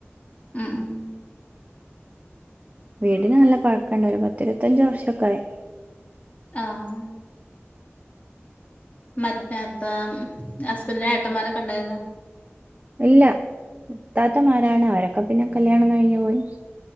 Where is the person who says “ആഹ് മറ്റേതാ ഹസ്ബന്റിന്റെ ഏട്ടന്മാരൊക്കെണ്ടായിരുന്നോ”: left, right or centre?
Left